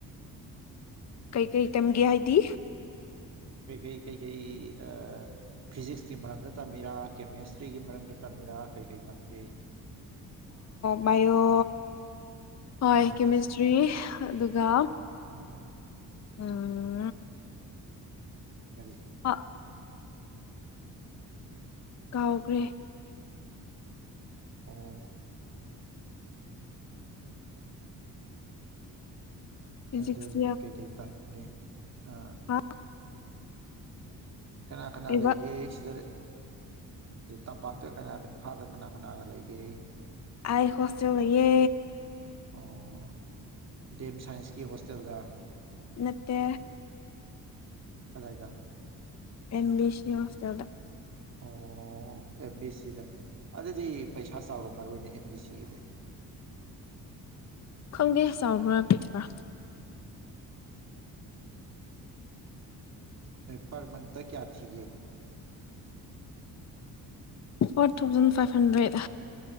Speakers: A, on the left (about 50°); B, on the right (about 45°).
A: ꯀꯩ ꯀꯩ ꯇꯦꯝꯒꯦ ꯍꯥꯏꯗꯤ
B: ꯀꯩ ꯀꯩ ꯀꯩ ꯀꯩ ꯑ ꯐꯤꯖꯤꯛꯁꯀꯤ ꯃꯔꯝꯗ ꯇꯝꯃꯤꯔꯥ ꯀꯦꯃꯦꯁꯇ꯭ꯔꯤꯒꯤ ꯃꯔꯝꯗ ꯇꯝꯃꯤꯔꯥ ꯀꯔꯤ ꯀꯔꯤ ꯇꯝꯒꯦ
A: ꯕꯥꯏꯑꯣ ꯍꯣꯏ
B: ꯑꯥ
A: ꯀꯦꯃꯤꯁꯇ꯭ꯔꯤ ꯑꯗꯨꯒ
B: ꯍꯕ
A: ꯎꯝ
B: ꯀꯒꯥꯔꯤ
A: ꯑ ꯀꯥꯎꯈ꯭ꯔꯦ
B: ꯑꯣ
A: ꯐꯤꯖꯤꯛꯁ
B: ꯑꯗꯨꯅꯤꯅꯦ ꯀꯩꯀꯩ ꯇꯥꯒꯦ ꯑꯥ
A: ꯍ
B: ꯀꯅꯥ ꯀꯅꯥ
A: ꯀꯩꯕ
B: ꯂꯩꯒꯦ ꯁꯤꯗ ꯇꯄꯥꯛꯇ ꯀꯅꯥ ꯏꯝꯐꯥꯜꯗ ꯀꯅꯥ ꯀꯅꯥꯒ ꯂꯩꯒꯦ
A: ꯑꯥꯏ ꯍꯣꯁꯇꯦꯜ ꯂꯩꯌꯦ
B: ꯑꯣ ꯗꯦꯝꯦꯝ ꯁꯥꯏꯟꯁꯀꯤ ꯍꯣꯁꯇꯦꯜꯒ
A: ꯏꯠꯇ
B: ꯀꯗꯥꯏꯗ
A: ꯑꯦꯦꯝ ꯕꯤ ꯁꯤ ꯍꯣꯁꯇꯦꯜꯗ
B: ꯑꯣ ꯑꯦꯝ ꯕꯤ ꯁꯤꯗ ꯑꯗꯨꯗꯤ ꯄꯩꯁꯥ ꯆꯥꯎꯔꯝꯃꯣꯏꯅꯦ ꯑꯦꯝ ꯕꯤ ꯁꯤꯒꯤꯗꯤ
A: ꯈꯪꯒꯦ ꯆꯥꯎꯕ꯭ꯔꯥ ꯄꯤꯛꯄ꯭ꯔꯥ
B: ꯄ ꯃꯟꯊ ꯀꯌꯥ ꯊꯤ
A: four thousand five hundred